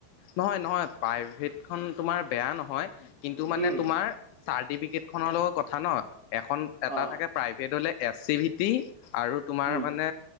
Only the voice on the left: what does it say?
নহয় -নহয়, প্ৰাইভেটখন তোমাৰ বেয়া নহয় কিন্তু মানে
তোমাৰ চাৰ্টিফিকেটখনৰ লগত কথা ন? এখন এটা
থাকে প্ৰাইভেট হলে এছ চি ভি টি আৰু তোমাৰ
মানে